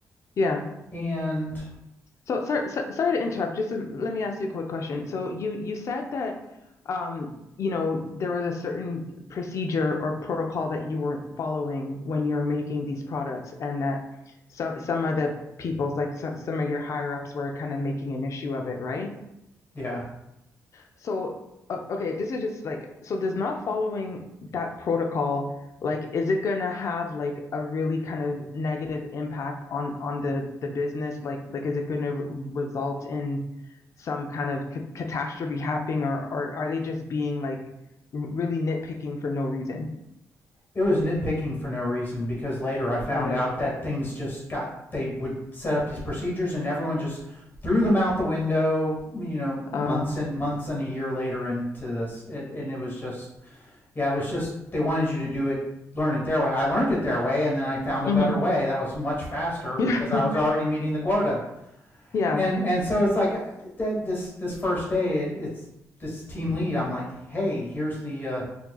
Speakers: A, on the left; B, on the left.
A: Yeah.
B: And
A: So sorry, so, sorry to interrupt. Just to- let me ask you a quick question. So you you said that um, you know, there was a certain procedure or protocol that you weren't following when you're making these products, and that some some of the people's like some some of your higher ups were kind of making an issue of it, right?
B: yeah,
A: So, o- okay, this is just like, so does not following that protocol, like, is it gonna have like a really kind of negative impact on on the the business? Like, like is it gonna re- result in some kind of ca catastrophe happening, or or are they just being like r- really nitpicking for no reason?
B: it was nitpicking for no reason because later I found
A: Got it.
B: out that things just got they would set up these procedures and everyone just threw them out the window, you know, months
A: Uh,
B: and months and a year later into this. It and it was just Yeah, it was just they wanted you to do it, learn it their way. I learned it their way, and then I found
A: hmm
B: a better way that was much faster
A: <laughs> Yeah.
B: because I was already meeting the quota.
A: Yeah.
B: And and so it's like uh, that this this first day, it, it's this team lead. I'm like, hey, here's the uh,